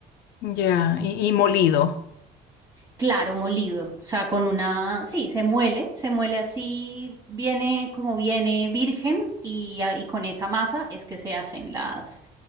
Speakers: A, on the left; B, on the right.
A: Ya, Y, y molido.
B: Claro, molido, o sea, con una, sí, se muele, se muele así, viene como viene virgen y, a- y con esa masa es que se hacen las,